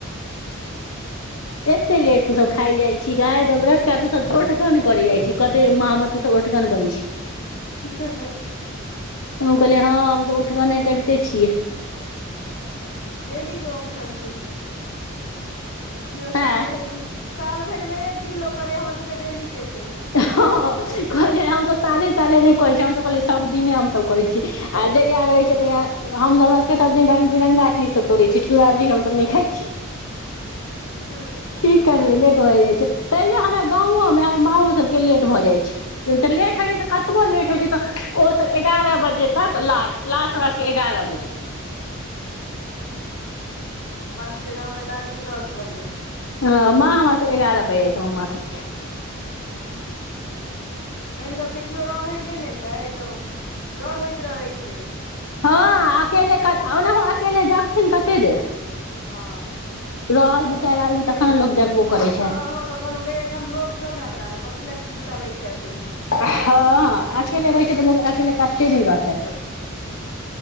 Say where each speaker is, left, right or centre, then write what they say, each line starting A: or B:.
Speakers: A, on the left; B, on the left.
A: हं
B: एते लेट स सब खाय जाइ छी गय त बर्त कर तुम सब ओठगन करै जाइत छी कते म हमर तू सब ओठगन करै छी
A: हं
B: हम कहलियै हँ हमसब उठगने करिते छियै
A: हँ डेली के उंगठन छै कियो साल
B: आँय
A: भरि में साल भरि मे एक दिन लोग करे हमर सबके डेली के छै
B: हं कहलिय हम सब साले साले नहि करै छी हमस कहलियै सब दिने हम सब करै छियै आ जहिया रहै छै तहिय हम सबक सब दिन रंग बिरङगा चीज सब तोड़े छी चूड़ा दही सब नै खाइ छी
A: हँ
B: की करबै लेट भए जाइ छै तैयो हमरा गाँवो मे हमर माँओ सबके लेट भऽ जाइ छै तऽ लेट होइ छै तऽ कतबो लेट होइ छै तऽ ओसब एगारह बजे तक लास्ट लास्ट
A: हमरा
B: ओकरा सबके एगारह बजे
A: हमरा सब के गांवमे लास्ट दस बजे
B: हं माँ हमर सब एगारह बज जा छै हमर माँ सभके
A: मेन गप छै किओ रहै नहि ने छै तऽ डर भ जाइत रहैत छै
B: हँ अकेल ओनाहूं अकेले जगथिन कते देर
A: हँ
B: रहल
A: तऽ
B: दू चारि
A: कहै
B: आदमी
A: छियै
B: तखन ने लोक जगबो करै
A: हमसभ
B: छै
A: रहलहुँ तऽ कहलहु गे एखन लोक छौ ने अँंगना मे कथी लए चिन्ता लै छ तू
B: हँ
A: नहि
B: अकेले
A: चिन्ता
B: रहै
A: कर
B: छै तऽ लोको अकेले कते दिन रहतै